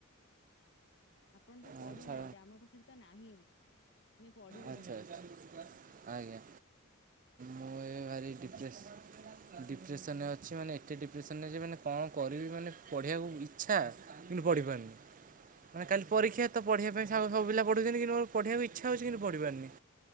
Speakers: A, on the left; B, on the right.
A: ଆପଣ ତ ପଢୁନାହାନ୍ତି
B: ଆଚ୍ଛା
A: ଆମ ପାଖରେ ତ ନାହିଁ ବି ଆମେ ପଢିବୁ
B: ଆଚ୍ଛା
A: କଣ।
B: ଆଚ୍ଛା ଆଜ୍ଞା।
A: <inaudible>
B: ମୁଁ ଏ ଭାରି ଡିପ୍ରେସ। ଡିପ୍ରେସନ ରେ ଅଛି ମାନେ ଏତେ ଡିପ୍ରେସନ ରେ ଜେ ମାନେ କଣ କରିବି ମାନେ ପଢିବାକୁ ଇଚ୍ଛା- ପଢିପାରୁନି ମାନେ କାଲି ପରୀକ୍ଷା ତ ପଢ଼ିବା ପାଇଁସାଙ୍ଗ ସବୁ ପିଲା ପଢ଼ୁଛନ୍ତିି କିନ୍ତୁ ମୋର ପଢ଼ିବାକୁ ଇଛା ହଉଛି କିନ୍ତୁ ପ଼ଢ଼ିପାରୁନି।